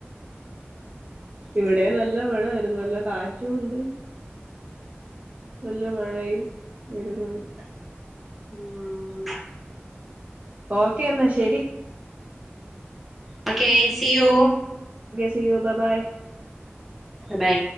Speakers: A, on the right; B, in the centre.
A: ഇവിടെ
B: അങ്ങനെ
A: നല്ല വേണം ഒരു നല്ല കാറ്റുംണ്ട് നല്ല മഴയും വരുന്നുണ്ട്
B: ഉം
A: ഓക്കേ എന്നാ ശരി
B: okay see you
A: see you bye bye
B: by